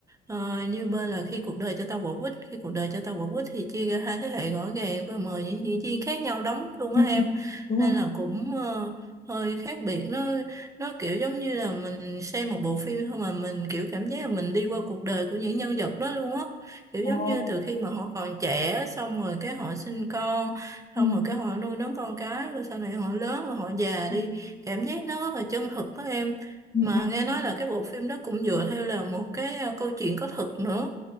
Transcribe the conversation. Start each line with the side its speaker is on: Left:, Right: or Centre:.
Right: Ờ, như bên là khi cuộc đời cho tao quả quýt khi cuộc đời cho tao quả quýt thì chia ra hai thế hệ rõ ràng và mời những diễn viên khác nhau đóng
Left: <laughs>
Right: luôn
Left: Vâng.
Right: á em
Left: Ừ, ừ, đúng
Right: nên
Left: rồi
Right: là cũng ờ, hơi khác biệt nó nó kiểu giống như là mình xem một bộ phim thôi mà mình kiểu cảm giác là mình đi qua cuộc đời của những nhân vật đó luôn á. Kiểu
Left: Ồ.
Right: giống như từ khi mà họ còn trẻ xong rồi cái họ sinh con,
Left: Ừ.
Right: xong rồi cái họ nuôi nấng con cái rồi sau này họ lớn rồi họ già
Left: Ừ.
Right: đi. Cảm giác nó rất là chân thực đó em.
Left: Ừ.
Right: Mà nghe nói là cái bộ phim đó cũng dựa theo là một cái à, câu chuyện có thật nữa.